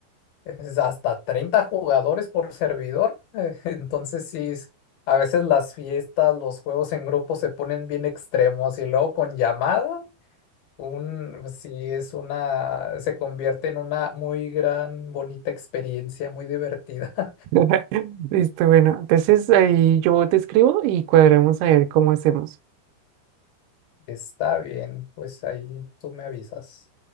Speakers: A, on the left; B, on the right.
A: es hasta 30 jugadores por servidor. <laughs> Entonces sí, es- a veces las fiestas, los juegos en grupo se ponen bien extremos y luego con llamada, un, sí es una, se convierte en una muy gran, bonita experiencia, muy divertida.
B: <laughs> Listo, bueno. Entonces ahí yo te escribo y cuadramos a ver cómo hacemos.
A: <laughs> Está bien, pues ahí tú me avisas.